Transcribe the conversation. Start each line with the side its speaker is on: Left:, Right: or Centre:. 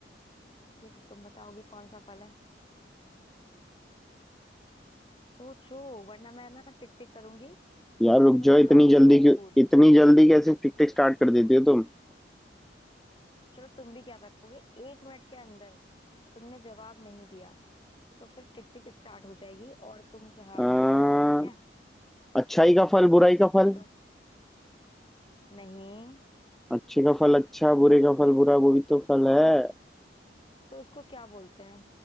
Left: ये तो तुम बताओगे कौन सा फल है सोचो वरना मैं ना टिक टिक करूंगी
Centre: यार
Left: और
Centre: रुक
Left: तुमको
Centre: जाओ इतनी
Left: हारने
Centre: जल्दी
Left: पे मजबूर
Centre: क्यों इतनी जल्दी कैसे टिक टिक स्टार्ट कर देती हो तुम
Left: चलो तुम भी क्या रखोगे एक मिनट के अंदर तुमने जवाब नहीं दिया तो फिर टिक टिक स्टार्ट हो जाएगी और तुम मुझे हार
Centre: अह,
Left: जाओगे ठीक है
Centre: अच्छाई का फल बुराई का
Left: सोचो
Centre: फल
Left: नहीं
Centre: अच्छे का फल अच्छा बुरे का फल बुरा वो भी तो फल है
Left: तो इसको क्या बोलते हैं